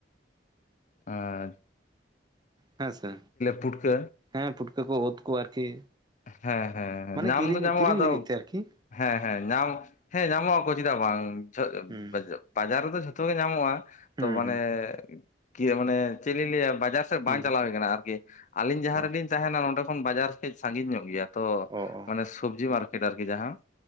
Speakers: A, on the left (about 45°); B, on the right (about 25°).
A: ᱟᱸ
B: ᱦᱮᱸ ᱥᱮ
A: ᱯᱩᱴᱠᱟᱹ
B: ᱦᱮᱸ ᱯᱷᱩᱴᱠᱟᱹ ᱠᱚ ᱩᱛ ᱠᱚ ᱟᱨᱠᱤ᱾
A: ᱦᱮᱸ ᱦᱮᱸ
B: ᱢᱟᱱᱮ
A: ᱧᱟᱢ
B: ᱠᱤᱨᱤᱧ
A: ᱫᱚ ᱧᱟᱢᱚᱜᱼᱟ
B: ᱠᱤᱨᱤᱧ
A: ᱟᱫᱚ
B: ᱞᱟᱹᱜᱤᱫ ᱛᱮ ᱟᱨᱠᱤ
A: ᱦᱮᱸ ᱦᱮᱸ ᱧᱟᱢ ᱦᱮᱸ ᱧᱟᱢᱚᱜ ᱟᱼᱼ ᱪᱮᱫᱟᱜ ᱵᱟᱝ <inaudible>
B: ᱦᱩᱸ
A: ᱵᱟᱡᱟᱨ ᱨᱮᱫᱚ ᱡᱷᱚᱛᱚ ᱜᱮ ᱧᱟᱢᱚᱜᱼᱟ
B: ᱦᱩᱸ
A: ᱛᱚ ᱢᱟᱱᱮ᱾
B: ᱦᱩᱸ
A: ᱠᱤᱭᱟᱹ ᱢᱟᱱᱮ ᱪᱮᱫ ᱞᱤᱧ ᱞᱟᱹᱭᱟ ᱵᱟᱡᱟᱨ ᱥᱮᱫ ᱵᱟᱝ
B: ᱦᱩᱸ
A: ᱪᱟᱞᱟᱣ ᱦᱩᱭ ᱠᱟᱱᱟ ᱟᱨᱠᱤ, ᱟᱹᱞᱤᱧ ᱡᱟᱦᱟ
B: ᱚ
A: ᱨᱮᱞᱤᱤᱧ ᱛᱟᱦᱮᱱᱟ ᱱᱚᱰᱮ ᱠᱷᱚᱱ ᱵᱟᱡᱟᱨ᱾ ᱥᱟᱜᱤᱧ ᱧᱚᱜ ᱜᱮᱭᱟ ᱛᱚ
B: ᱚ ᱚ
A: ᱢᱟᱱᱮ ᱥᱚᱵᱡᱤ ᱢᱟᱨᱠᱮᱴ ᱟᱨᱠᱤ ᱡᱟᱦᱟ